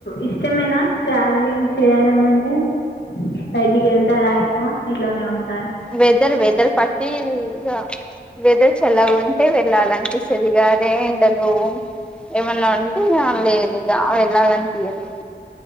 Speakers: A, on the left; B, in the centre.
A: ఇష్టమేనా ట్రావెలింగ్ చేయడం అంటే బయటికి వెళ్తారా ఎక్కువ ఇంట్లో నే ఉంట
B: వెేదర్ వేదర్ పట్టి ఇ వెదర్ చల్లగా ఉంటే వెళ్ళాలినిపిస్తుందిగా అదే ఎండలు ఏమన్నా ఉంటే లేదు వెళ్లాలనిపియలేదు